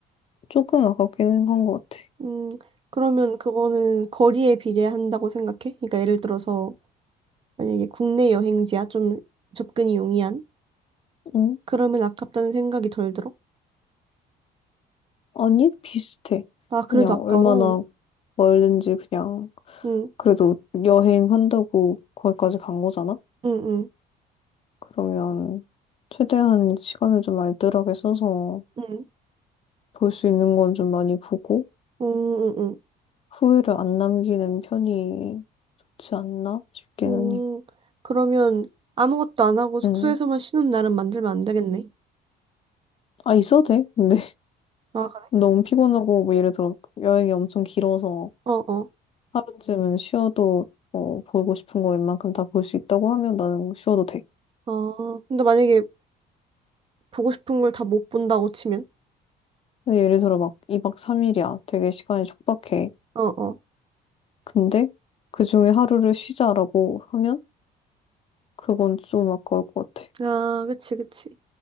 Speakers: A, on the left (about 35°); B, on the right (about 30°).
A: 조금 아깝기는 한 것 같아.
B: 음, 그러면 그거는 거리에 비례한다고 생각해? 그러니까 예를 들어서 만약에 국내 여행지야 좀 접근이 용이한?
A: 응?
B: 그러면 아깝다는 생각이 덜 들어?
A: 아니 비슷해.
B: 아, 그래도
A: 그냥
B: 아까워.
A: 얼마나 멀든지 그냥
B: 응,
A: 그래도 여행한다고 거기까지 간 거잖아?
B: 응, 응,
A: 그러면 최대한 시간을 좀 알뜰하게 써서
B: 응.
A: 볼 수 있는 건 좀 많이 보고
B: 응, 응, 응.
A: 후회를 안 남기는 편이 좋지 않나 싶기는
B: 음,
A: 해.
B: 그러면 아무것도 안 하고 숙소에서만
A: 응.
B: 쉬는 날은 만들면 안 되겠네.
A: 아, 있어도 돼. 근데.
B: 아, 그래?
A: 너무 피곤하고 뭐 예를 들어 여행이 엄청 길어서
B: 어어. 어.
A: 하루쯤은 쉬어도 어, 보고 싶은 거 웬만큼 다 볼 수 있다고 하면 나는 쉬어도 돼.
B: 어. 아, 근데 만약에 보고 싶은 걸 다 못 본다고 치면?
A: 근데 예를 들어 막 2박 3일이야. 되게 시간이 촉박해.
B: 어어.
A: 근데 그중에 하루를 쉬자라고 하면 그건 좀 아까울 것 같아.
B: 아, 그치, 그치.